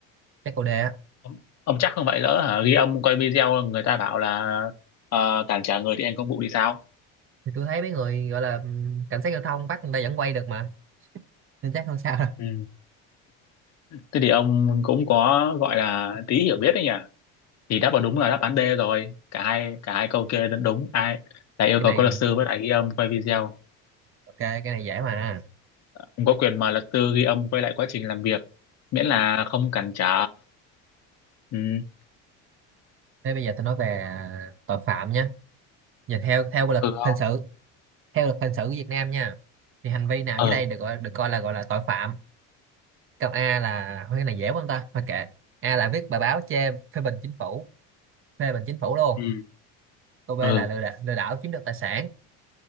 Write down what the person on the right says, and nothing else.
chắc câu D á
thì tôi thấy mấy người gọi là ừm, cảnh sát giao thông bắt người ta vẫn quay được mà nên chắc không sao đâu
<laughs>
cái
này
ok cái này dễ mà
thế bây giờ tôi nói về à, tội phạm nhé nhìn theo theo luật
hình sự theo luật hình sự của Việt Nam nha thì hành vi nào
dưới đây được gọi được coi là gọi là tội phạm câu A là thôi cái này dễ quá không ta thôi kệ A là viết bài báo chê phê bình chính phủ phê bình chính phủ luôn
câu B
là lừa đảo, lừa đảo chiếm đoạt tài sản